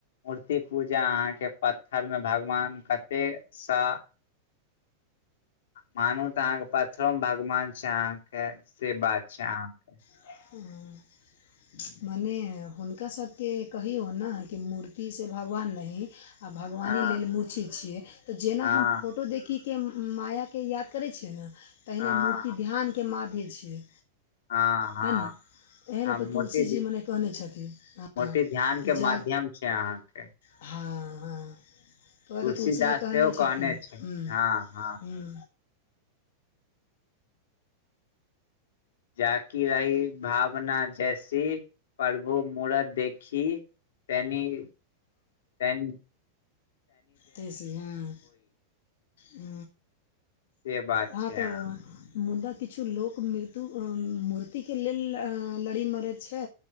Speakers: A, on the left; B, on the left.
A: मूर्ति पूजा अहाँके पत्थरमे भगवान कतेकसँ मानू तऽ अहाँके पथरो मे भगवान छै अहाँके से बात छै अहाँके
B: ह मने हुनका सबके कहि हो ने कि मूर्तिसँ भगवान नही आ भगवानी
A: अहाँ
B: लेल मूर्ति छियै तऽ जेना
A: हँ
B: हम फोटो देखी के मायाके याद करै छियै ने तहिना
A: हँ
B: मूर्ति ध्यानके माध्य छियै
A: हाँ हाँ
B: है ने एहै
A: हँ
B: लए तऽ
A: मूर्ति
B: तुलसी जी मने कहने छथिन हँ
A: मूर्ति ध्यान के
B: कि
A: माध्यम
B: जा
A: छै अहाँके
B: हँ हँ तोरा
A: तुलसीदास
B: तऽ तुलसी जी कहने
A: सेहो
B: छथिन
A: छै
B: ह्म
A: हँ हँ
B: ह्म
A: जााकि रही भावना जैसी प्रभु मूरत देखी तैनी तइनी
B: तैसी हँ ह
A: से बात
B: हँ
A: छै अहाँ
B: तो मुदा किछु लोक मृत्यु अँ मूर्तिके लेल अ लड़ी मरै छै